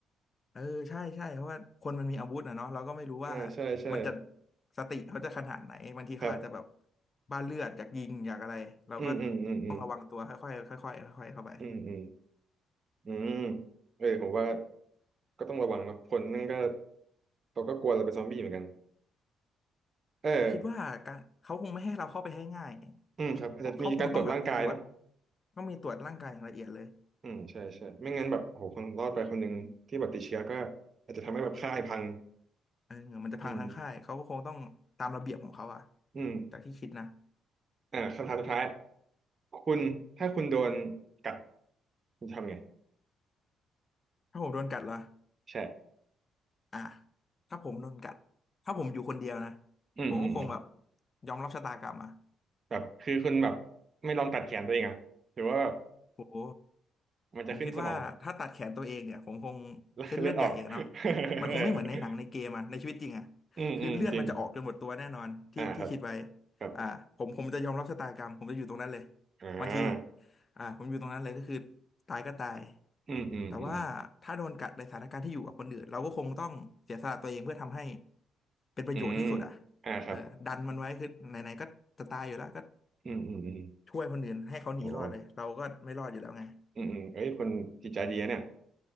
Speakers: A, on the left; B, on the right.
A: เออใช่ใช่เพราะว่าคนมันมีอาวุธนะเนาะเราก็ไม่รู้ว่า
B: อ่าใช่ใช่
A: มันจะสติเขาจะขนาดไหนบางทีเขาอาจจะแบบ
B: ครับ
A: บ้าเลือดอยากยิงอยากอะไรเราก็
B: อืมอืมอืมอืม
A: ต้องระวังตัวค่อยๆค่อยๆค่อยๆเข้าไป
B: อืมอืมอืมเออผมว่าก็ต้องระวังเนาะคนนั่นก็เขาก็กลัวจะเป็นซอมบี้เหมือนกันเออ
A: แต่คิดว่าการเขาคงไม่ให้เราเข้าไปให้ง่าย
B: อืมครับอาจจะมีการตรวจร่างกายเนาะ
A: เพราะเขาคงต้องแบบตรวจต้องมีตรวจร่างกายอย่างละเอียดเลย
B: อืมใช่ใช่ไม่งั้นแบบโหคนรอดไปคนหนึ่งที่แบบติดเชื้อก็อาจจะทำให้แบบค่ายพัง
A: เออมันจะพังทั้งค่ายเขาก็คงต้องตามระเบียบของเขาอะ
B: อืมอืม
A: จากที่คิดนะ
B: อ่าคำถามสุดท้ายคุณถ้าคุณโดนกัดคุณจะทำไง
A: ถ้าผมโดนกัดเหรอ
B: ใช่
A: อ่ะถ้าผมโดนกัดถ้าผมอยู่คนเดียวนะ
B: อืมอืมอืม
A: ผมก็คงแบบยอมรับชะตากรรมอะ
B: แบบคือคุณแบบไม่ลองตัดแขนตัวเองอะหรือว่าแบบ
A: โอ้โห
B: มันจะขึ้นสมอง
A: ผมคิดว่าถ้าตัดแขนตัวเองเนี่ยผมคง
B: แล้วเลือดออก
A: เส้นเลือดใหญ่อะเนาะ
B: <laughs>
A: มันคงไม่เหมือนในหนังในเกมอะในชีวิตจริงอะ
B: อืมอืมจริง
A: คือเลือดมันจะออกจนหมดตัวแน่นอนที่ที่คิดไว้
B: อ่าครับครับ
A: อ่าผมผมจะยอมรับชะตากรรมผมจะอยู่ตรงนั้นเลย
B: อ่า
A: บางทีอ่าผมอยู่ตรงนั้นเลยก็คือตายก็ตาย
B: อืมอืมอืม
A: แต่ว่าถ้าโดนกัดในสถานการณ์ที่อยู่กับคนอื่นเราก็คงต้องเสียสละตัวเองเพื่อทำให้เป็นประโยชน์ที่สุดอะ
B: อืมอ่าครับ
A: เออดันมันไว้คือไหนๆก็จะตายอยู่แล้วก็
B: อืมอืมอืม
A: ช่วยคนอื่นให้เขาหนีรอดเลยเราก็ไม่รอดอยู่แล้วไง
B: โหอืมอืมเอ้ยคนจิตใจดีนะเนี่ย